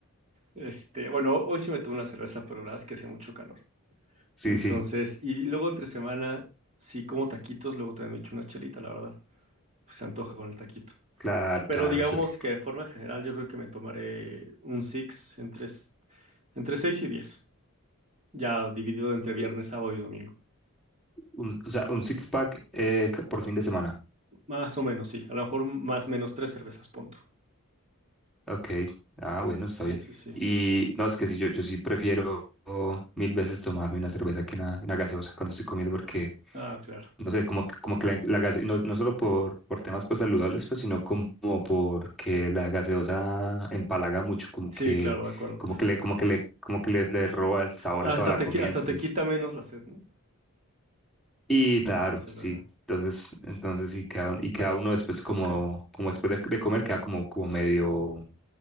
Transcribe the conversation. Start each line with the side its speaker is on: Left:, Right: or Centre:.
Right: Este, bueno, hoy sí me tomé una cerveza, pero la verdad es que hace mucho calor.
Centre: Sí,
Right: Entonces,
Centre: sí,
Right: y luego entre semana, sí como taquitos, luego también me echo una chelita, la verdad, pues se antoja con el taquito.
Centre: claro,
Right: Pero
Centre: claro.
Right: digamos
Centre: O sea, el-
Right: que de forma general yo creo que me tomaré un six entre, entre 6 y 10, ya dividido entre viernes,
Centre: eh,
Right: sábado y domingo.
Centre: un, o sea, un six pack eh, ca- por fin de semana.
Right: Más o menos, sí. A lo mejor más menos tres cervezas, punto.
Centre: Ok. Ah, bueno, está
Right: Sí,
Centre: bien.
Right: sí, sí.
Centre: Y no, es que sí, yo, yo sí prefiero mil veces tomarme una cerveza que una, una gaseosa cuando estoy comiendo porque
Right: Ah, claro.
Centre: no sé, como, que- como que la, la gase- no, no solo por, por temas pues saludables, pues, sino como porque la gaseosa empalaga mucho, como
Right: Sí,
Centre: que,
Right: claro, de acuerdo.
Centre: como que le, como que le, como que le, le roba el sabor
Right: Hasta
Centre: a toda la
Right: te,
Centre: comida,
Right: qui- hasta
Centre: entonces,
Right: te quita menos la sed, ¿no?
Centre: y claro,
Right: La cerveza.
Centre: sí. Entonces, entonces sí queda, un- y queda uno después como,
Right: Ok.
Centre: como después de, de comer, queda como, como medio,